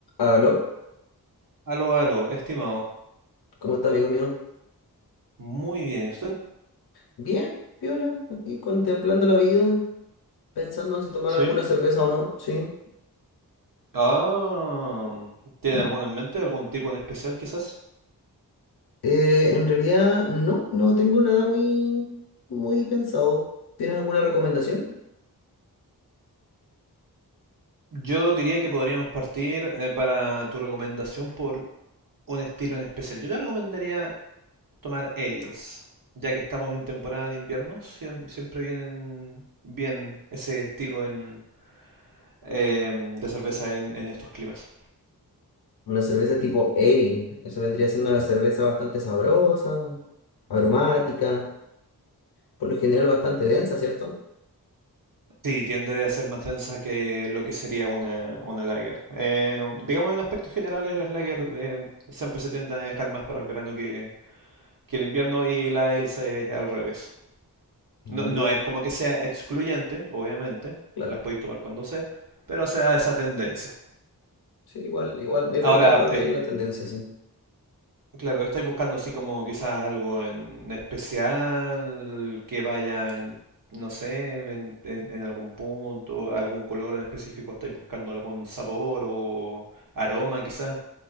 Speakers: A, on the left; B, on the right.
A: Aló,
B: Aló, aló, estimado.
A: ¿cómo está, amigo mío?
B: Muy bien, ¿y usted?
A: Bien, Viola, aquí contemplando la vida, pensando en si tomar
B: ¿Sí?
A: alguna cerveza o no, sí.
B: Ah, ¿tiene
A: Mm.
B: alguno en mente? ¿Algún tipo en especial, quizás?
A: Eh, en realidad, no, no tengo nada muy, muy pensado. ¿Tienes alguna recomendación?
B: Yo diría que podríamos partir eh, para tu recomendación por un estilo en especial. Yo te recomendaría tomar ales, ya que estamos en temporada de invierno, siem- siempre vienen bien ese estilo en, em, de cerveza en en estos climas.
A: Una cerveza tipo ale, eso vendría siendo una cerveza bastante sabrosa, aromática, por lo general bastante densa, ¿cierto?
B: Sí, tiende a ser más densa que lo que sería una, una lager. Eh, digamos, en aspectos generales, las lager eh, siempre se tienden a dejar más para el verano que, que el invierno y la Elsa es al revés.
A: Mm,
B: No, no es como que sea excluyente, obviamente,
A: claro,
B: las podéis tomar cuando sea, pero se da esa tendencia.
A: sí, igual, igual me he
B: Ahora,
A: percatado
B: es-
A: que hay una tendencia así.
B: Claro, estáis buscando así como quizás algo en especial que vaya en, no sé, en, en- en algún punto, algún color en específico, estáis buscando algún sabor o aroma quizás.